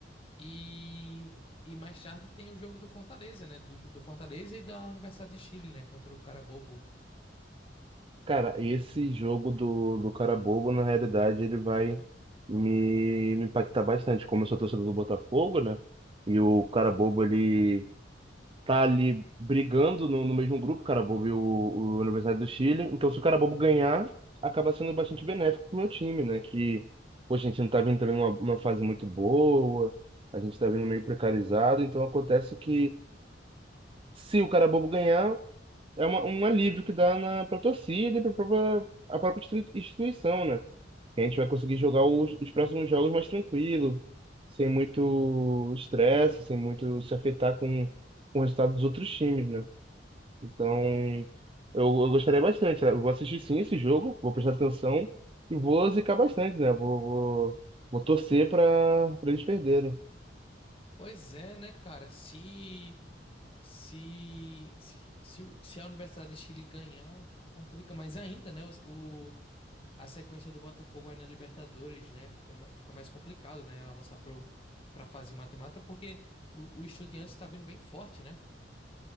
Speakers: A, on the left; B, on the right.
A: E, e mais tarde tem o jogo do Fortaleza, né? Do, do Fortaleza e da Universidade de Chile, né? Contra o Carabobo.
B: Cara, esse jogo do, do cara bobo, na realidade, ele vai me, me impactar bastante. Como eu sou torcedor do Botafogo, né? E o cara bobo, ele tá ali brigando no, no mesmo grupo, o cara bobo e o, o Universidade do Chile. Então, se o cara bobo ganhar, acaba sendo bastante benéfico pro meu time, né? Que, poxa, a gente não tá vindo também numa, numa fase muito boa, a gente tá vindo meio precarizado. Então, acontece que se o cara bobo ganhar é uma, um alívio que dá na, pra torcida e pra própria, a própria institui- instituição, né? Que a gente vai conseguir jogar os, os próximos jogos mais tranquilo, sem muito estresse, sem muito se afetar com, com o resultado dos outros times, né? Então, eu, eu gostaria bastante. Eu vou assistir sim esse jogo, vou prestar atenção e vou zicar bastante, né? Vou, vou, vou torcer para eles perderem.
A: Pois é, né, cara? Se, se, se, se, o- se a Universidade de Chile ganhar, complica mais ainda, né? Os- O, a sequência do Botafogo aí na Libertadores, né? Fica, ma- fica mais complicado, né? Avançar pro, pra fase mata-mata, porque o, o Estudiantes tá vindo bem forte, né?